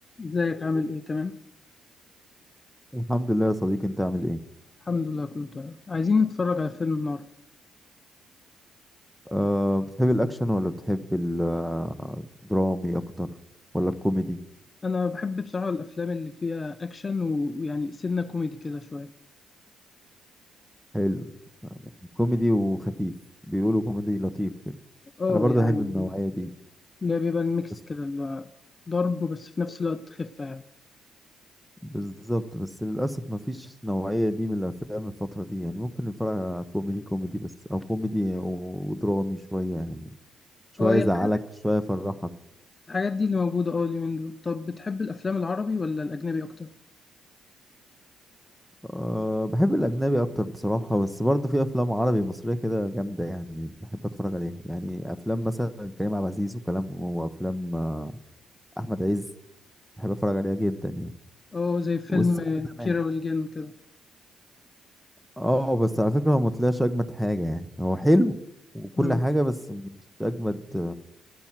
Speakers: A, on the left; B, in the centre.
A: ازيك عامل ايه تمام
B: الحمد لله يا صديقي انت عامل ايه
A: الحمد لله كله تمام عايزين نتفرج على فيلم النهارده
B: أه بتحب الاكشن ولا بتحب ال- آه، الدرامي اكتر ولا الكوميدي
A: انا بحب بصراحه الافلام اللي فيها اكشن و- ويعني سنه كوميدي كده شويه
B: حلو كوميدي وخفيف بيقولوا كوميدي لطيف كده
A: اه
B: انا برضه
A: يعني
B: احب النوعية دي
A: اللي هي بيبقى الميكس
B: بس
A: كده اللي هو ضرب بس في نفس الوقت خفه يعني
B: بالظبط بس للاسف ما فيش نوعية دي من الافلام الفترة دي يعني ممكن نتفرج على كوميدي كوميدي بس او كوميدي و- ودرامي شوية يعني شوية
A: اه هي
B: يزعلك
A: الحاجات
B: شوية يفرحك
A: الحاجات دي اللي موجوده اه اليومين دول طب بتحب الافلام العربي ولا الاجنبي اكتر
B: أه بحب الأجنبي أكتر بصراحة بس برضه في أفلام عربي مصرية كده جامدة يعني بحب أتفرج عليها يعني أفلام مثلا كريم عبد العزيز وكلام وأفلام آه، أحمد عز بحب أتفرج عليها جدا يعني
A: اه زي فيلم
B: والسقا زمان
A: كيرة والجن كده
B: اه بس على فكرة هو مطلعش أجمد حاجة يعني هو حلو وكل
A: مم.
B: حاجة بس مش أجمد